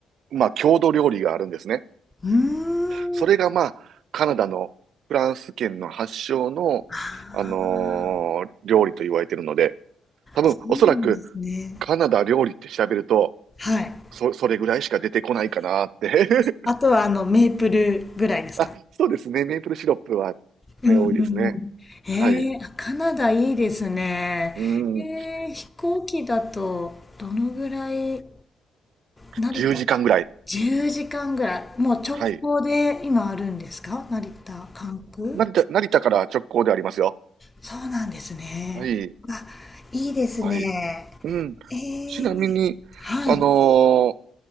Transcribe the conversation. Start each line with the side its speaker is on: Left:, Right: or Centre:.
Right: ーまあ、郷土料理があるんですね。
Left: うー
Right: それがまあ、
Left: ん。
Right: カナダのフランス圏の発祥の、
Left: ああ、
Right: あのー料理と言われているので、多分、
Left: そうなんですね。
Right: おそらく、カナダ料理って調べると、
Left: はい。
Right: そ、それぐらいしか出てこないかなって。
Left: あとはあのメープルぐらいですか。
Right: <laughs> あ、そうですね。メープルシロップはね、
Left: うんうんうん。
Right: 多いですね。
Left: えー、
Right: はい。
Left: あカナダいいですね。
Right: うん、
Left: えー、飛行機だとどのぐらい成田
Right: 10時間ぐらい。
Left: ?10 時間ぐらい。もう直行で今あるんですか成田、
Right: はい。
Left: 関空
Right: 成田、成田から直行でありますよ。
Left: そうなんですね。
Right: はい。
Left: あ、いいですね。
Right: はい。うん。
Left: えー、
Right: ちなみに、
Left: はい。
Right: あのー